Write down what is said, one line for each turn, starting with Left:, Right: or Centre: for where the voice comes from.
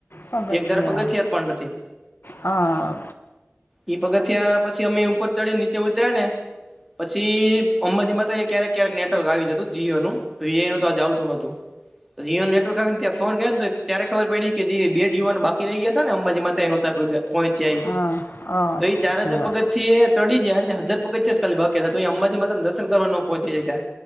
Left: પગથિયા
Centre: એક ધારા પગથિયાત પણ નથી.
Left: આ
Centre: ઈ પગથીયા પછી અમે ઉપર ચડીન નીચે ઉતર્યા ને પછી અંબાજી માતાએ ક્યારેક ક્યારેક નેટવર્ક આવી જતું જીઓનું. વીઆઈ નું તો આ જ આવતું નોતું તો જીઓન નેટવર્ક આવેને ત્યાં ફોન કર ને તો ત્યારે ખબર પડી કે જે બે યુવાન બાકી રહી ગયા હતા ને અંબાજી માતે નોતા વધ્યા પહોંચ્યા હિ
Left: આ અચ્છા
Centre: તો એ ચાર હજાર પગ થી એ ચડી જાય ને દસ પગથિયા જ બાકી હતા અંબાજી મા દર્શન કરવા ન પહોચી હક્યા